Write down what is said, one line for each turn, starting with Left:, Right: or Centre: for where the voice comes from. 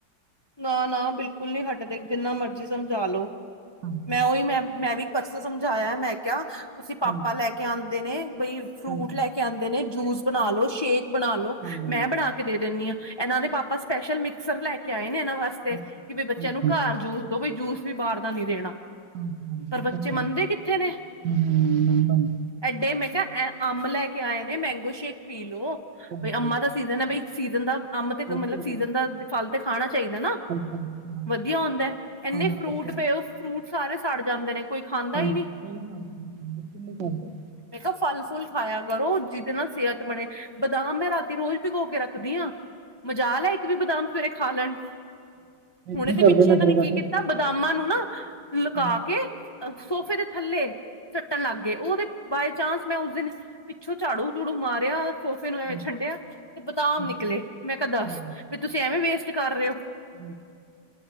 Left: ਨਾ ਨਾ ਬਿਲਕੁਲ ਨਹੀਂ ਹਟਦੇ ਜਿੰਨਾ ਮਰਜ਼ੀ ਸਮਝਾ ਲੋਓ
Right: ਹਾਂਜੀ
Left: ਮੈਂ ਉਹੀ ਮੈਂ ਮੈਂ ਵੀ ਪਰਸੋਂ ਸਮਝਾਇਆ ਮੈਂ ਕਿਹਾ ਤੁਸੀਂ ਪਾਪਾ
Right: ਹਾਂਜੀ
Left: ਲੈ ਕੇ ਆਉਂਦੇ ਨੇ ਬਈ ਫਰੂਟ
Right: ਹਾਂਜੀ,
Left: ਲੈ ਕੇ ਆਉਂਦੇ ਨੇ ਜੂਸ ਬਣਾ ਲੋ ਸ਼ੇਕ ਬਣਾ ਲੋ
Right: ਹਾਂ,
Left: ਮੈਂ ਬਣਾ ਕੇ ਦੇ ਦਿੰਦੀ ਆਂ ਇਹਨਾਂ ਦੇ ਪਾਪਾ ਸਪੈਸ਼ਲ ਮਿਕਸਰ ਲੈ ਕੇ ਆਏ ਨੇ ਇਹਨਾਂ ਵਾਸਤੇ
Right: ਅੱਛਾ
Left: ਕਿ
Right: ਜੀ,
Left: ਬਈ ਬੱਚਿਆਂ
Right: ਹਾਂਜੀ,
Left: ਨੂੰ ਘਰ ਜੂਸ ਦੋ ਬਈ ਜੂਸ ਵੀ ਬਾਹਰ ਦਾ ਨੀ ਦੇਣਾ
Right: ਹਾਂਜੀ, ਹਾਂਜੀ,
Left: ਪਰ ਬੱਚੇ
Right: ਇਹ ਤਾਂ ਹੈ।
Left: ਮੰਨਦੇ ਕਿੱਥੇ ਨੇ
Right: ਹੂੰ, ਹੂੰ, ਹਾਂਜੀ, ਹਾਂਜੀ,
Left: ਐਡੇ ਮੈਂ ਕਿਹਾ ਐ ਅੰਬ ਲੈ ਕੇ ਆਏ ਨੇ ਮੈਂਗੋ ਸ਼ੇਕ ਪੀ ਲਓ
Right: ਅੱਛਾ ਜੀ,
Left: ਬਈ ਅੰਮਾ ਦਾ ਸੀਜ਼ਨ ਹੈ ਬਈ ਸੀਜ਼ਨ ਦਾ ਅੰਬ ਤੇ
Right: ਹਾਂ, ਹਾਂਜੀ,
Left: ਮਤਲਬ ਸੀਜਨ ਦਾ ਫਲ ਤੇ ਖਾਣਾ ਚਾਹੀਦਾ ਨਾ-
Right: ਹਾਂਜੀ, ਹਾਂ।
Left: ਵਧੀਆ ਹੁੰਦਾ ਇੰਨੇ
Right: ਹਾਂ,
Left: ਫਰੂਟ
Right: ਅੱਛਾ,
Left: ਪਏਓ ਫਰੂਟ ਸਾਰੇ ਸੜ ਜਾਂਦੇ ਨੇ ਕੋਈ ਖਾਂਦਾ
Right: ਹਾਂਜੀ
Left: ਹੀ ਨਹੀਂ
Right: ਸਹੀ ਗੱਲ ਐ ਫਰੂਟ ਨੀਂ ਖਾਂਦੇ
Left: ਮੈਂ ਕਿਹਾ ਫਲ ਫੁੱਲ ਖਾਇਆ ਕਰੋ ਜਿਹਦੇ ਨਾਲ ਸਿਹਤ ਬਣੇ ਬਦਾਮ ਮੈਂ ਰਾਤੀ ਰੋਜ਼ ਭੀਗੌ ਕੇ ਰੱਖਦੀ ਹਾਂ ਮਜ਼ਾਲ ਐ ਇੱਕ ਵੀ ਬਦਾਮ ਸਵੇਰੇ ਖਾ ਲੈਣ ਹੁਣੇ
Right: ਕੀ
Left: ਤੇ ਪਿੱਛੇ
Right: ਕਰਦੇ ਨਖਰੇ
Left: ਇਹਨਾਂ ਨੇ
Right: ਕਰਦੇ?
Left: ਕੀ ਕੀਤਾ ਬਦਾਮਾਂ ਨੂੰ ਨਾ ਲੁਕਾ
Right: ਹਾਂਜੀ,
Left: ਕੇ ਅ ਸੋਫੇ ਦੇ ਥੱਲੇ ਸੱਟਣ ਲੱਗ ਗਏ ਉਹਦੇ ਬਾਏ ਚਾਂਸ ਮੈਂ ਉਸ ਦਿਨ ਪਿੱਛੋਂ ਝਾੜੂ ਝੂੜੂ ਮਾਰਿਆ ਸੋਫੇ ਨੂੰ ਐਵੇਂ
Right: ਹਾਂਜੀ,
Left: ਛੰਡਿਆ ਤੇ ਬਦਾਮ
Right: ਅੱਛਾ,
Left: ਨਿਕਲੇ ਮੈਂ ਕਿਹਾ ਦੱਸ
Right: ਹਾਂ।
Left: ਵੀ ਤੁਸੀਂ ਐਵੇਂ ਵੇਸਟ ਕਰ ਰਹੇ ਹੋ
Right: <unintelligible>